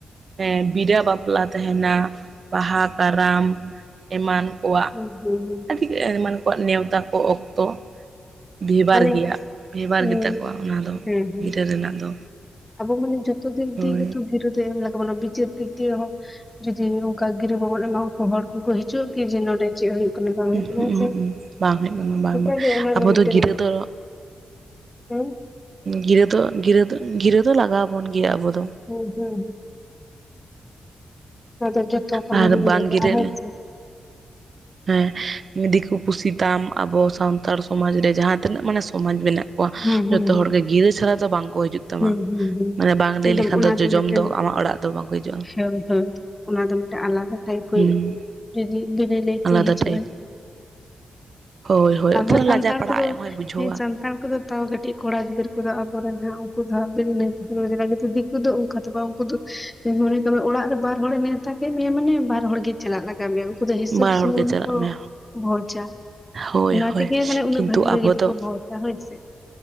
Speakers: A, on the right; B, on the left.
A: ᱦᱮᱸ ᱵᱤᱨᱟ ᱵᱟᱯᱞᱟ ᱛᱟᱦᱮᱱᱟ ᱵᱟᱦᱟ, ᱠᱟᱨᱟᱢ ᱮᱢᱟᱱ ᱠᱚᱣᱟᱜ᱾
B: <unintelligible>
A: ᱟᱹᱰᱤ ᱮᱢᱟᱱ ᱠᱚᱣᱟᱜ ᱱᱮᱣᱛᱟ ᱠᱚ ᱚᱠᱛᱚ᱾ ᱵᱷᱮᱵᱟᱨ
B: ᱢᱟᱱᱮ
A: ᱜᱮᱭᱟ, ᱵᱷᱮᱵᱟᱨ
B: ᱤᱧ
A: ᱜᱮᱛᱟ ᱠᱚᱣᱟ ᱚᱱᱟ ᱫᱚ
B: ᱦᱮᱸ ᱦᱮᱸ
A: ᱜᱤᱨᱟᱹ ᱨᱮᱱᱟᱜ ᱫᱚ᱾
B: ᱟᱵᱚ ᱢᱟᱱᱮ ᱡᱚᱛᱚ ᱫᱤᱠ
A: ᱦᱳᱭ
B: ᱫᱤᱭᱮ ᱜᱮᱛᱚ ᱜᱤᱨᱟᱹ ᱫᱚ ᱮᱢ ᱞᱟᱜᱟᱣ ᱵᱚᱱᱟ ᱵᱤᱪᱟᱹᱨ ᱫᱤᱠ ᱫᱤᱭᱮ ᱦᱚᱸ ᱡᱩᱫᱤ ᱚᱝᱠᱟ ᱜᱤᱨᱟᱹ ᱵᱟᱵᱚᱱ ᱮᱢᱟᱣᱟᱠᱚᱣᱟ ᱦᱚᱲ ᱠᱚᱠᱚ ᱦᱤᱡᱩᱜ-ᱟ? ᱠᱤ, ᱡᱮ ᱱᱚᱰᱮ ᱪᱮᱫ ᱦᱩᱭᱩᱜ ᱠᱟᱱᱟ, ᱵᱟᱝ ᱦᱩᱭᱩᱜ
A: ᱩᱸᱦᱩᱸᱜ
B: ᱠᱟᱱᱟ ᱦᱮᱸ ᱥᱮ,
A: ᱩᱸᱦᱩᱸᱜ ᱵᱟᱝ ᱦᱩᱭᱩᱜ ᱠᱟᱱᱟ ᱵᱟᱝ
B: ᱱᱮᱛᱟᱨ
A: ᱵᱟᱝ
B: ᱫᱚ ᱚᱱᱟ
A: ᱟᱵᱚ
B: ᱨᱮ ᱢᱮᱴᱮᱱ
A: ᱫᱚ ᱜᱤᱨᱟᱹ ᱫᱚ
B: ᱦᱩᱸ
A: ᱜᱤᱨᱟᱹ ᱫᱚ, ᱜᱤᱨᱟᱹ ᱫᱚ, ᱜᱤᱨᱟᱹ ᱫᱚ ᱞᱟᱜᱟᱣ ᱵᱚᱱ ᱜᱮᱭᱟ ᱟᱵᱚ ᱫᱚ᱾
B: ᱦᱩᱸ ᱦᱩᱸ᱾ ᱦᱮᱸᱛᱚ, ᱡᱚᱛᱚ ᱠᱟᱹᱢᱤ
A: ᱟᱨ
B: ᱨᱮᱜᱮ
A: ᱵᱟᱝ
B: ᱞᱟᱜᱟᱜ-ᱟ
A: ᱜᱤᱨᱟᱹᱜ
B: ᱦᱮᱸ ᱥᱮ᱾
A: ᱦᱮᱸ ᱫᱤᱠᱩ ᱠᱩᱥᱤ ᱛᱟᱢ ᱟᱵᱚ ᱥᱟᱱᱛᱟᱲ ᱥᱚᱢᱟᱡᱽ ᱨᱮ ᱡᱟᱦᱟᱸ ᱛᱤᱱᱟᱹᱜ ᱢᱟᱱᱮ ᱥᱚᱢᱟᱡᱽ ᱢᱮᱱᱟᱜ ᱠᱚᱣᱟ,
B: ᱦᱩᱸ ᱦᱩᱸ
A: ᱡᱚᱛᱚ
B: ᱦᱩᱸ
A: ᱦᱚᱲ ᱜᱮ ᱜᱤᱨᱟᱹ ᱪᱷᱟᱲᱟ ᱫᱚ ᱵᱟᱝᱠᱚ ᱦᱤᱡᱩᱜ ᱛᱟᱢᱟ,
B: ᱦᱩᱸ ᱦᱩᱸ ᱦᱩᱸ
A: ᱢᱟᱱᱮ ᱵᱟᱝ ᱞᱟᱹᱭ
B: ᱮᱠᱫᱚᱢ
A: ᱞᱮᱠᱷᱟᱱ
B: ᱚᱱᱟ
A: ᱫᱚ ᱡᱚᱡᱚᱢ
B: ᱢᱤᱫᱴᱮᱱ
A: ᱫᱚ ᱟᱢᱟᱜ ᱚᱲᱟᱜ ᱫᱚ ᱵᱟᱝᱠᱚ ᱦᱤᱡᱩᱜᱼᱟ᱾
B: ᱦᱳᱭ ᱦᱳᱭ᱾ ᱚᱱᱟ ᱫᱚ ᱢᱤᱫᱴᱟᱜ ᱟᱞᱟᱫᱟ ᱴᱟᱭᱤᱯ ᱦᱩᱭᱩᱜᱼᱟ,
A: ᱦᱩᱸ
B: ᱡᱩᱫᱤ ᱵᱤᱱᱟᱹ ᱞᱟᱹᱭᱛᱮ
A: ᱟᱞᱟᱫᱟ
B: ᱦᱤᱡᱩᱜᱼᱟᱭ᱾
A: ᱴᱟᱭᱤᱯ ᱦᱳᱭ ᱦᱳᱭ
B: ᱟᱵᱚ
A: ᱛᱟᱦᱞᱮ ᱞᱟᱡᱟᱣ
B: ᱥᱟᱱᱛᱟᱲ
A: ᱯᱟᱲᱟᱜ
B: ᱠᱚᱫᱚ
A: ᱟᱡ ᱦᱚᱸᱭ ᱵᱩᱡᱷᱟᱹᱣᱟ
B: ᱦᱮᱸ ᱥᱟᱱᱛᱟᱲ ᱠᱚᱫᱚ ᱛᱟᱣ ᱠᱟᱹᱴᱤᱡ ᱠᱚᱲᱟ ᱜᱤᱫᱽᱟᱹ ᱠᱚᱫᱚ ᱟᱵᱚᱨᱮᱱ ᱦᱟᱸᱜ ᱩᱝᱠᱩ ᱫᱚ <unintelligible> ᱫᱤᱠᱩ ᱫᱚ ᱚᱝᱠᱟ ᱫᱚ ᱵᱟᱝ ᱩᱱᱝᱠᱩ ᱫᱚ ᱢᱚᱱᱮ ᱠᱟᱜ-ᱢᱮ ᱚᱲᱟᱜ ᱨᱮ ᱵᱟᱨ ᱦᱚᱲᱮ ᱱᱮᱣᱛᱟ ᱠᱮᱜ ᱢᱮᱭᱟ ᱢᱟᱱᱮ ᱵᱟᱨ ᱦᱚᱲ ᱜᱮ ᱪᱟᱞᱟᱜ ᱞᱟᱜᱟᱣ ᱢᱮᱭᱟ ᱩᱱᱠᱩ ᱫᱚ ᱦᱤᱥᱟᱹᱵ
A: ᱵᱟᱨ
B: ᱥᱩᱢᱩᱝ
A: ᱦᱚᱲ ᱜᱮ ᱪᱟᱞᱟᱜ
B: ᱠᱚ
A: ᱢᱮ
B: ᱵᱷᱚᱡᱟ᱾
A: ᱦᱳᱭ
B: ᱚᱱᱟ
A: ᱦᱳᱭ
B: ᱛᱮᱜᱮ ᱢᱟᱱᱮ ᱩᱱᱟᱹᱜ
A: ᱠᱤᱱᱛᱩ
B: ᱵᱷᱟᱹᱜᱤ ᱵᱷᱟᱹᱜᱤ
A: ᱟᱵᱚ
B: ᱫᱚᱠᱚ
A: ᱫᱚ
B: ᱵᱷᱚᱡᱟ ᱦᱳᱭ ᱥᱮ᱾